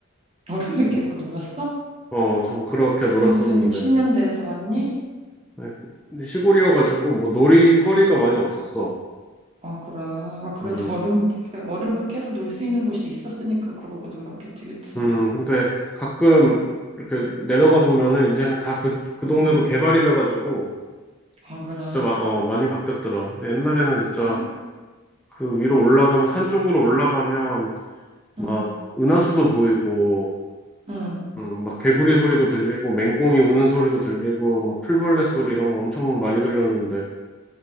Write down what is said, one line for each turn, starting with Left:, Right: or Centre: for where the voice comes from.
Right: 얼음을 깨고
Centre: 음,
Right: 놀았어?
Centre: 어, 좀 그렇게 놀았었는데.
Right: 너 무슨 60년대에서 왔니?
Centre: 네, 근데 시골이어가지고 뭐 놀이거리가
Right: 응.
Centre: 많이 없었어.
Right: 아, 그래. 아, 그래도
Centre: 음,
Right: 얼음을 깨, 그래. 얼음을 깨서 놀 수 있는 곳이 있었으니까 그러고 놀았겠지, 그치?
Centre: 음, 근데 가끔 이렇게 내려가 보면은 이제는 다 그, 그 동네도
Right: 응.
Centre: 개발이 돼가지고
Right: 아, 그래.
Centre: 진짜 마- 어, 많이 바뀌었더라. 근데 옛날에는 진짜
Right: 어이,
Centre: 그 위로 올라가면 산 쪽으로 올라가면 막
Right: 응,
Centre: 은하수도 보이고
Right: 응.
Centre: 음, 막 개구리 소리도 들리고 맹꽁이 우는 소리도 들리고 막 풀벌레 소리 이런 거 엄청 많이 들렸는데